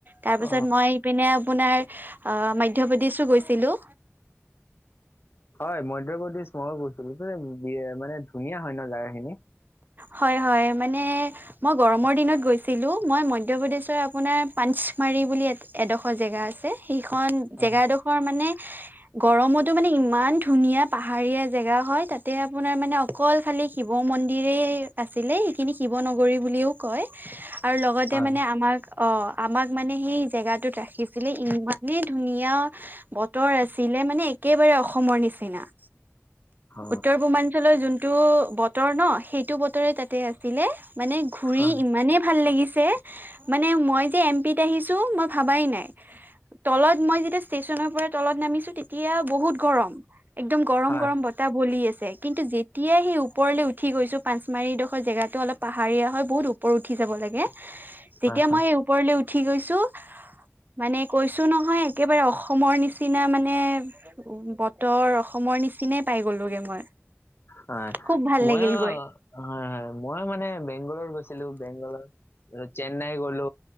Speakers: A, on the right; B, on the left.
A: তাৰ
B: অ
A: পিছত মই এইপিনে আপোনাৰ আহ মধ্যপ্ৰদেশো গৈছোঁ। গৈছিলোঁ।
B: হয় মধ্যপ্ৰদেশ মইয়ো গৈছিলোঁ, বি মানে ধুনীয়া হয় ন জেগাখিনি,
A: হয় হয় মানে মই গৰমৰ দিনত গৈছিলোঁ মই মধ্যপ্ৰদেশৰ আপোনাৰ পাঞ্চমাৰী বুলি এডোখৰ জেগা আছে। সেইখন
B: হয়
A: জেগাডোখৰ মানে গৰমতো মানে ইমান ধুনীয়া পাহাৰীয়া জেগা হয় তাতে আপোনাৰ মানে অকল খালি শিৱ মন্দিৰে আছিলে সেইখিনি শিৱ নগৰী বুলিও কয় আৰু লগতে
B: হয়
A: মানে আমাক অ আমাক মানে সেই জেগাটোত ৰাখিছিলে ইমানেই ধুনীয়া বতৰ আছিলে মানে একেবাৰে অসমৰ নিচিনা।
B: অ
A: উত্তৰ পূৰ্বাঞ্চলৰ যোনটো বতৰ ন সেইটো বতৰে তাতে আছিলে। মানে ঘূৰি
B: হয় হয়
A: ইমানেই ভাল লাগিছে। মানে মই যে এম পিত আহিছো মই ভাবাই নাই। তলত মই যেতিয়া ষ্টেচনৰ পৰা তলত নামিছো তেতিয়া বহুত গৰম। একদম গৰম
B: হয়
A: গৰম বতাহ বলি আছে কিন্তু যেতিয়াই সেই ওপৰলৈ উঠি গৈছো পচ মাৰিডোখৰ জেগাটো অলপ পাহাৰীয়া হয় বহুত ওপৰত উঠি যাব লাগে যেতিয়া
B: হয়
A: মই ওপৰলে উঠি গৈছো মানে কৈছো। কৈছোঁ নহয় একেবাৰে অসমৰ নিচিনা মানে বতৰ অসমৰ নিচিনাই পাই গ'লোগে মই।
B: হয়
A: খুব ভাল
B: ম‌ইয়ো,
A: লাগিল গৈ
B: হয় হয় মই মানে বেংগলত গৈছিলো বেংগলত চেন্নাই গলো।